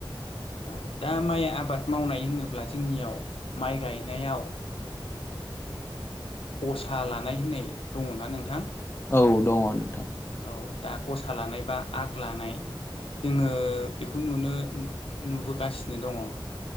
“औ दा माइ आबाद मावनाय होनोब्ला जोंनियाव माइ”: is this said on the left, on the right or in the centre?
Left